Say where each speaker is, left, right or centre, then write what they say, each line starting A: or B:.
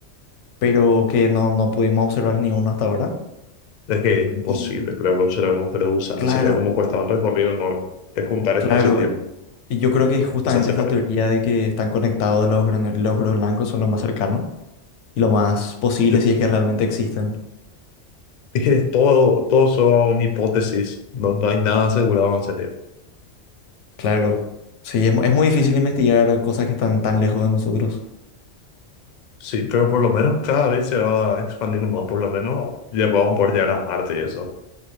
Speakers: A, on the left; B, on the left.
A: pero que no, no pudimos observar ni uno hasta ahora.
B: Es que es imposible
A: Y
B: crear un agujero de gusano.
A: claro,
B: Sería como cortar un recorrido enorme, que es juntar espacio
A: claro.
B: y tiempo.
A: Y yo creo que justamente
B: O sea, separar.
A: esta teoría de que están conectados los agujeros y los agujeros blancos son lo más cercano y lo más posible
B: Sí.
A: si es que realmente existen.
B: Es que es todo, todo son hipótesis, no, no hay nada asegurado en serio.
A: Claro. Sí, es, mu- es muy difícil investigar cosas que están tan lejos de nosotros.
B: Sí, pero por lo menos cada vez se va expandiendo más, por lo menos ya podemos por llegar a Marte y eso.